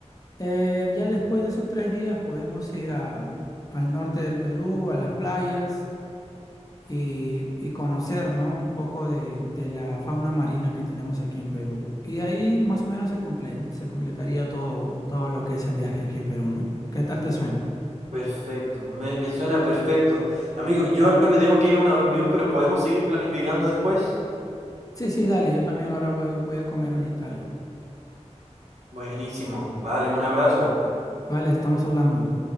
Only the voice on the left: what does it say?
eh, ya después de esos tres días podemos ir a- al norte del Perú, a las playas y, y conocer, ¿no? Un poco de, de la fauna marina que tenemos aquí en Perú. Y ahí más o menos se comple- se completaría todo, todo lo que es el viaje aquí en Perú, ¿no? ¿Qué tal te suena?
Sí, sí, dale, yo también ahora voy, voy a comer ahorita algo.
Vale, estamos hablando.